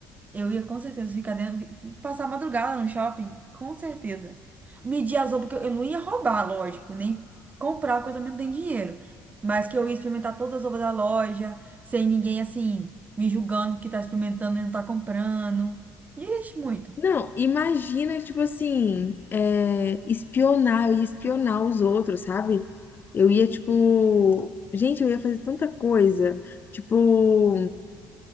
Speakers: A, on the right; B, on the left.
A: Eu ia com certeza ficar dentro, vi- passar a madrugada no shopping, com certeza. Medir as roupas, porque eu eu não ia roubar, lógico, nem comprar, porque eu também não tenho dinheiro. Mas que eu ia experimentar todas as roupas da loja, sem ninguém assim, me julgando que tá experimentando e não tá comprando. Ixi, muito.
B: Não, imagina, tipo assim, é, espionar, eu ia espionar os outros, sabe? Eu ia, tipo. Gente, eu ia fazer tanta coisa. Tipo,